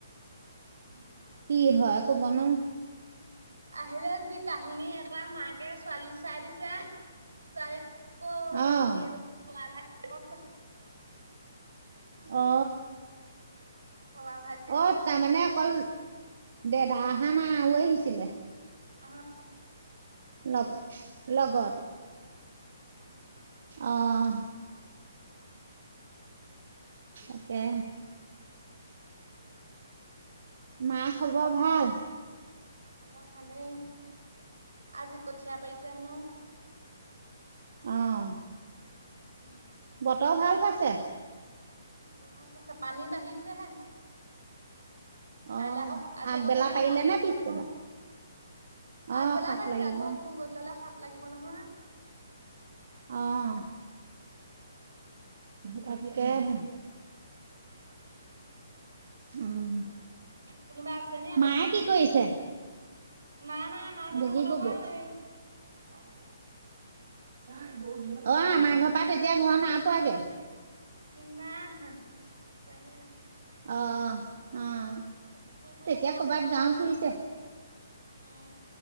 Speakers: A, on the right; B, on the right.
A: বাব উম
B: কি হয় আকৌ
A: তাকে
B: বন
A: আহিলে যি কাহিনী এটা মাকে, ছোৱালী চাই দিছে ছোৱালী,
B: অ'
A: <inaudible> চ
B: অ!
A: কলা ভাইকক
B: অ
A: চাইছে
B: তাৰমানে অকল দে দা অা নাই আৰু আহিছিলে
A: আহ
B: ন লগন
A: অ!
B: অ' তাকে মা হব ভাল!
A: খব ভালেই! আজি কঠীয়া পাৰিছে হেনো
B: আহ!
A: অ!
B: বতৰ ভাল পাইছে।
A: তই ভাল কছা পানী বাঢ়িছেহে।
B: অ',
A: কাইলে আকৌ আজি
B: আগবেলা
A: আকৌ গধূলা
B: পাৰিলে
A: খাত লাগিব
B: নে পিছবেলা
A: নহয়
B: অ',
A: আগবেলাই
B: সাত
A: পাইছে
B: লাগিব
A: আকৌ গধূলালে খাত, লাগিব নহয়।
B: আহ তকেহে, উম।
A: কোনোবা আছে নি আলহী?
B: মায়ে কি কৰিছে?
A: মা নাই মা জানো
B: বগী
A: ক'লৈ
B: ববৌ
A: গ'ল? এই অ'।
B: অ', আমাৰ ঘৰৰ পৰা তেতিয়া ঘৰ নাপোৱাগে।
A: না, আহা, পোৱাহিয়ে নাই।
B: অ', অ'।
A: <unintelligible> অ',
B: তেতিয়া কৰ'বাত গাওঁ
A: হেৰিয়ৰ
B: ফুৰিছে
A: লগত গৈছে, উম।